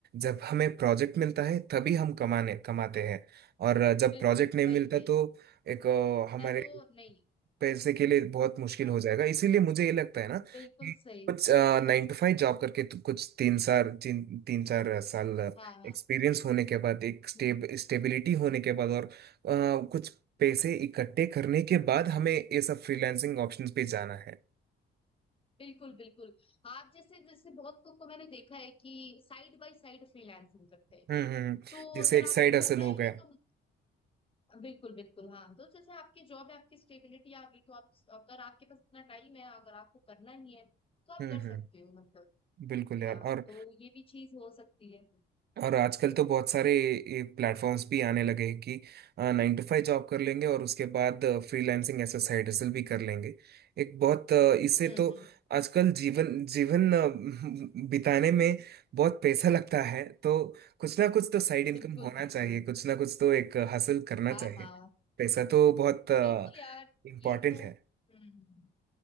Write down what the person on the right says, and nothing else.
जब हमें प्रोजेक्ट मिलता है तभी हम कमाने कमाते हैं और आ, जब
प्रोजेक्ट नहीं
मिलता
तो एक आ, हमारे
पैसे के लिए बहुत मुश्किल
हो जाएगा इसीलिए मुझे ये लगता है ना कि
कुछ नाइन टू फाइव जॉब करके तो कुछ तीन चार जिन तीन चार साल
एक्सपीरियंस होने के बाद एक स्टेब
स्टेबिलिटी होने के बाद और अ, कुछ पैसे इकट्ठे करने के बाद हमें ये सब फ्रीलांसिंग ऑप्शंस पे जाना है
हम्म हम्म हम्म।
जैसे
एक साइड
असल
हो
गया
हम्म
हम्म
बिल्कुल यार
और
और आजकल तो बहुत सारे प्लेटफॉर्म्स भी आने लगे हैं कि नाइन टू फाइव जॉब कर लेंगे और उसके बाद फ्रीलांसिंग ऐसा साइड हसल भी कर लेंगे एक बहुत अ, इससे
तो आजकल जीवन जीवन अ, <laughs> बिताने में बहुत पैसा लगता है तो कुछ ना कुछ तो साइड इनकम
होना
चाहिए कुछ ना कुछ तो एक हासिल करना
चाहिए
पैसा तो बहुत
इम्पोर्टेंट
है